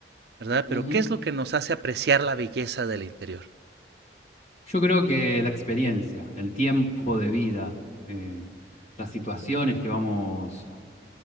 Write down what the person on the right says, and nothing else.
¿verdad?
Pero ¿qué es lo que nos hace apreciar la belleza del interior?